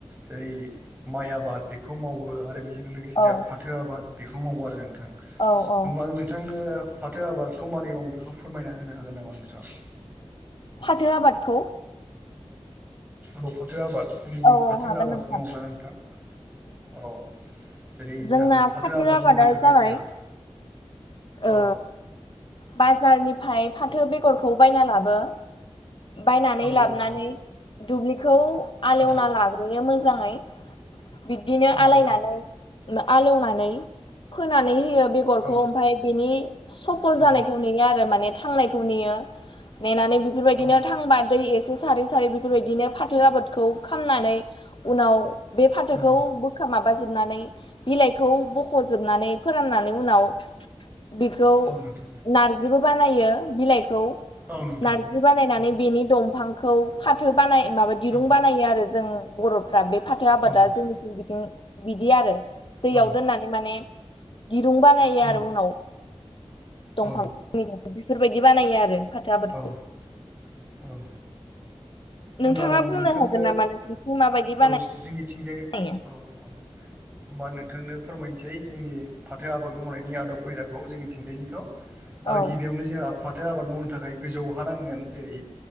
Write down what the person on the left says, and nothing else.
औ
औ औ
फाथो आबादखौ
औ
औ हागोन
नोंथां
जोंना
आबादा
जाबाय
ओ
बाजारनि फाय फाथो बेगरखौ बायना लाबो बायनानै
लाबोनानै
दुब्लिखौ आलौवना
लाग्रोयो मोजाङै। बिदिनो
आलायनानै
मा आलौवनानै फोनानै। होयो बेग'रखौ
ओमफाय बिनि सफल
जानायखौ नेयो आरो माने थांनायखौ नेयो। नेनानै बेफोरबायदिनो
थांबा दै एसे सारै-सारै बेफोरबादिनो फाथो आबाद। खौ खामनानै उनाव बे फाथोखौ
बोखा माबा जोब। उननानै बिलाइखौ बख'जोबनानै फोराननानै उनाव। बेखौ
नारजिबो बानायो बिलाइ। खौ
नारजि बानायनानै
बेनि दंफांखौ फाथो बानाय माबा।
रुं बानायो आरो जों बर'फ्रा बे फाथो आबादा
जोंनिथिं बिथिं बिदि आरो। दैयाव
दोननानै माने दिरुं बानायो
आरो उनाव। दंफां
बेफोरबायदि बानायो आरो फाथो आबादखौ
नोंथाङा
बुंनो
हागोन नामा नोंसोरनिथिं माबायदि
बानायो
औ